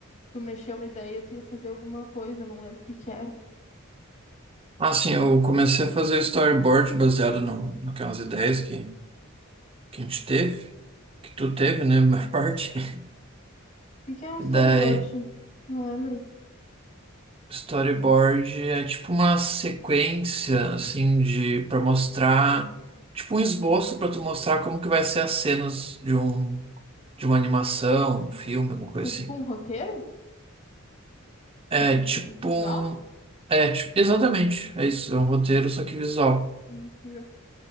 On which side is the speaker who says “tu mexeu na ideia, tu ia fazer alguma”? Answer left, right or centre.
Left